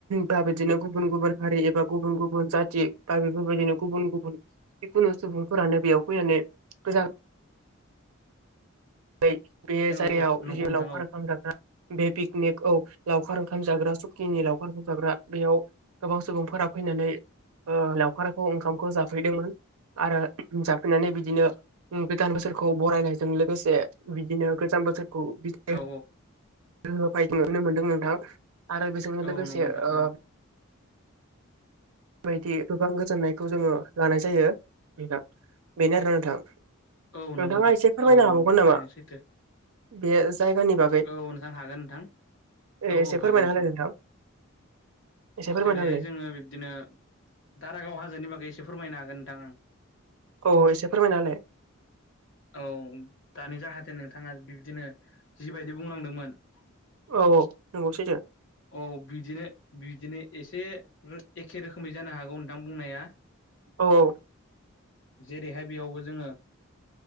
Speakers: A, on the right; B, on the left.
A: दा बिदिनो गुबुन गुबुन हारि एबा गुबुन गुबुन जाथि बा बेफोरबायदिनो गुबुन गुबुन जिखुनु सुबुंफोरानो बेयाव फैनानै गोजान बै
B: औ
A: जायगायाव
B: नंगौ
A: जिउ
B: नोंथां
A: लावखार
B: औ
A: रोखोम जाग्रा बे पिकनिक औ लावखार ओंखाम जाग्रा सुखिनि लावखार ओंखाम जाग्रा बेयाव गोबां सुबुंफोर फ्रा ओ फैनानै लावखारखौ ओंखामखौ जाफैदोंमोन। आरो जाफैनानै बिदिनो गोदान बोसोरखौ बरायनायजों लोगोसे बिदिनो गोजाम बोसोरखौ बिदाय
B: औ
A: होफायदों नुनो मोनदों नोंथां आरो बेजोंनो
B: औ
A: लोगोसे
B: नंगौ नोंथां
A: ओ
B: औ
A: बायदि गोबां गोजोननायखौ जोङो लानाय जायो नोंथां बेनो आरो नोंथां।
B: औ नंगौ
A: नोंथाङा
B: नोंथां
A: एसे फोरमायनो
B: औ
A: हाबावगोन
B: नंगौ थारैनो
A: नामा
B: सैथो
A: बे जायगानि बागै
B: औ नोंथां हागोन नोंथां औ
A: एसे
B: औ हागोन
A: फोरमायना होलाय नोंथां। एसे
B: जेरैहाय
A: फोरमायना होलाय
B: जोङो बिब्दिनो दारागाव हाजोनि बागै एसे फोरमायनो हागोन नोंथां आं।
A: औ एसे फोरमायना होलाय।
B: औ दानि जाहाथे नोंथाङा बिब्दिनो जिबायदि बुंलांदोंमोन।
A: औ औ नंगौ सैथो।
B: औ बिदिनो बिदिनो एसे एखे रोखोमै जानो हागौ नोंथां बुंनाया।
A: औ औ।
B: जेरैहाय बेयावबो जोङो